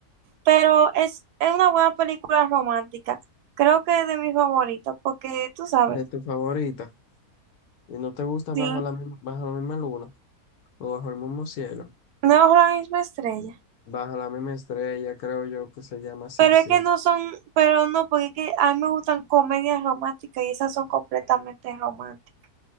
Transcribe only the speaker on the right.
pero es, es una buena película romántica. Creo que es de mis favoritos, porque tú sabes,
sí.
No bajo la misma estrella.
Pero
es que no son, pero no, porque es que a mí me gustan comedias románticas y esas son completamente románticas.